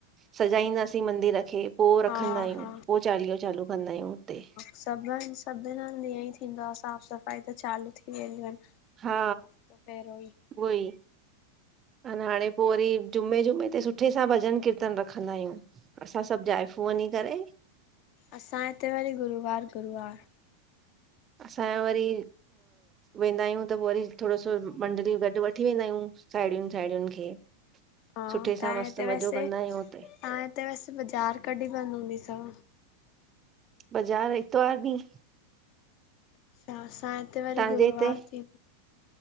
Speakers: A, on the right (about 25°); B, on the left (about 45°).
A: सजाईंदासीं मंदिर खे पोइ
B: हा
A: रखंदा आहियूं,
B: हा
A: पोइ चालीहो चालू कंदा आहियूं हुते
B: सभ हंधि सभिनि हंधि ईअं ई थींदो आ, साफ़ सफ़ाई त चालू थी वेंदियूं आहिनि।
A: हा
B: हफ़्तो पहिरियों ई
A: उहो ई, हाणे पोइ वरी
B: जी,
A: ॼुमें, ॼुमें ते सुठे सां भॼनु कीर्तन रखंदा आहियूं असां सभु जाइफ़ूं वञी करे
B: असां हिते वरी गुरुवार, गुरुवार
A: असांजो वरी वेंदा आहियूं त पोइ वरी थोरो सो मंडलीयू गॾु वठ वठी वेंदा आहियूं, साहेड़ियुनि, साहेड़ियुनि खे
B: हा
A: सुठे
B: तहा
A: सां मस्तु
B: ते
A: मज़ो
B: वैसे
A: कंदा
B: तव्हां
A: आहियूं हुते
B: हिते वसि बाज़ार कॾहिं बंद हूंदी तव?
A: बज़ार इतवार ॾिह।
B: अच्छा असां हिते वरी
A: तव्हांजे
B: गुरवार
A: हिते
B: थी,